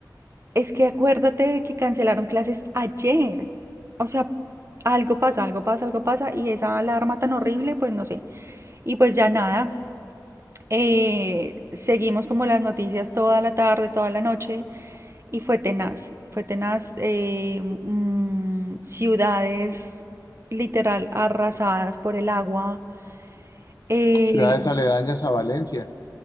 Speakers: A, on the right; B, on the left.
A: Es que acuérdate de que cancelaron clases ayer. O sea, algo pasa, algo pasa, algo pasa. Y esa alarma tan horrible, pues no sé. Y pues ya nada, eh, seguimos como las noticias toda la tarde, toda la noche. Y fue tenaz, fue tenaz. eh, mm, ciudades literal arrasadas por el agua. eh,
B: Ciudades aledañas a Valencia,